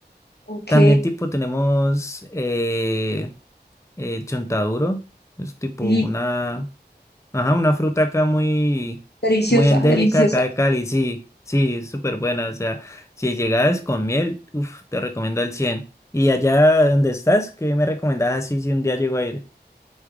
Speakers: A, on the left; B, on the left.
A: ok,
B: También tipo tenemos eh, el chontaduro, es tipo
A: sí,
B: una... Ajá, una fruta acá muy,
A: deliciosa,
B: muy endémica
A: deliciosa.
B: acá de Cali, sí, sí, es súper buena. O sea, si llegas con miel, uf, te recomiendo el 100. ¿Y allá donde estás? ¿Qué me recomendás así si un día llego a ir?